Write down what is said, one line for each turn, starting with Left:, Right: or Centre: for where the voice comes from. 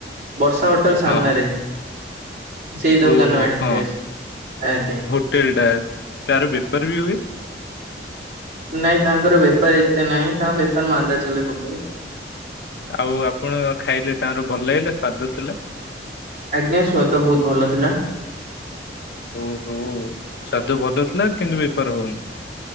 Right: ବର୍ଷା ହୋଟେଲ ସାମ୍ନାରେ
Left: ହଁ
Right: ସେଇ ଦୋକାନରୁ
Left: ଓହୋ
Right: ଆଣିଥିଲି
Left: ହଁ
Right: ଆଜି ଆଜ୍ଞା।
Left: <unintelligible> ତାର ବିଫର ବି ହୁଏ?
Right: ନାଇଁ ତାଙ୍କର ବେପାର ଏତେ ନାଇଁ ତାଙ୍କ ବେପାର ମାନ୍ଦା ଚାଲେ ସବୁବେଳେ
Left: ଆଉ ଆପଣ ଖାଇଲେ ତାଙ୍କର ଭଲ ଲାଗିଲା ସ୍ଵାଦ ଥିଲା।
Right: ଆଜ୍ଞା ସ୍ୱାଦ ବହୁତ ଭଲ ଥିଲା।
Left: ଓହୋ ସ୍ଵାଦ ଭଲ ଥିଲା କିନ୍ତୁ ବେପାର ହଉନି।